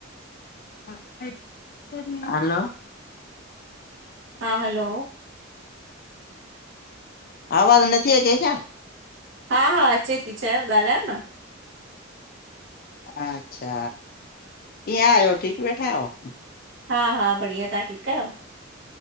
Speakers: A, on the left; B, on the right.
A: ' 'हलो!
B: हा, हलो!
A: आवाज़ नथी अचे छा?
B: हा- हा अचे थी चयो ॻाल्हायो न।
A: अच्छा, कीअं आहियो ठीक वेठा आहयो।
B: हा -हा बढ़िया तां ठीक आहियो।